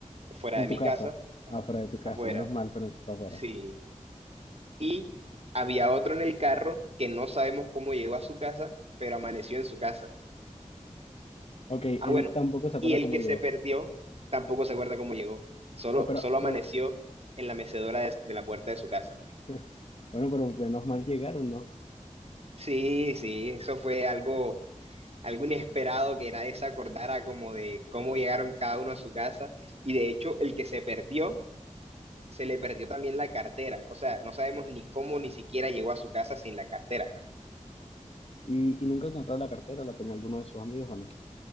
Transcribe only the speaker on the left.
en
tu
casa,
afuera de tu casa,
menos mal,
fue fue afuera.
Ok,
él
tampoco se acuerda
cómo
llegó.
Ah, pero,
pero,
<laughs> bueno, pero menos mal llegaron, ¿no?
Y, y nunca encontró la cartera, ¿la tenía alguno de sus amigos o no?